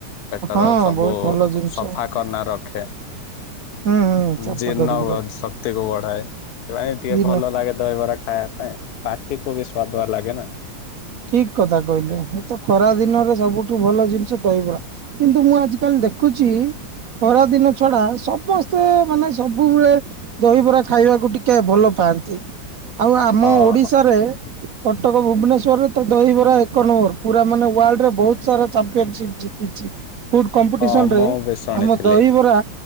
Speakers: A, on the left; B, on the right.
A: ପେଟର
B: ହଁ
A: ସବୁ
B: ବହୁତ ଭଲ ଜିନିଷ
A: ସଫା କରନା ରଖେ।
B: ହୁଁ ହୁଁ ସଫା
A: ଜୀର୍ଣ୍ଣ
B: କରିକି
A: ହୁଏ
B: ରଖ
A: ଶକ୍ତି କୁ ବଢାଏ। ସେ ପାଇଁ ଟିକେ
B: ଦିନ
A: ଭଲ ଲାଗେ ଦହିବରା ଖାଇବା ପାଇଁ। ପାଟିକୁ ବି ସ୍ୱାଦୁଆ ଲାଗେନା।
B: ଠିକ କଥା କହିଲେ, ମୁ ତ ଖରା ଦିନରେ ସବୁଠୁ ଭଲ ଜିନିଷ ଦହିବରା। କିନ୍ତୁ ମୁଁ ଆଜି କାଲି ଦେଖୁଛି। ଖରାଦିନ ଛଡା ସମସ୍ତେ ମାନେ ସବୁବେଳେ ଦହିବରା ଖାଇବାକୁ ଟିକେ ଭଲ ପାଆନ୍ତି। ଆଉ ଆମ
A: ହଁ
B: ଓଡିଶାରେ କଟକ ଭୁବନେଶ୍ୱର ରେ ତ ଦହିବରା ଏକ ନମ୍ବର ପୁରା ମାନେ ୱାଲ୍ଡ ରେ ବହୁତ ସାରା ଚାମ୍ପିଅନ ସିପ ଜିତିଛି। ଫୁଡ କମ୍ପିଟିସନ
A: ହଁ ମୁଁ
B: ରେ
A: ବି ଶୁଣିଥିଲି
B: ଆମ ଦହିବରା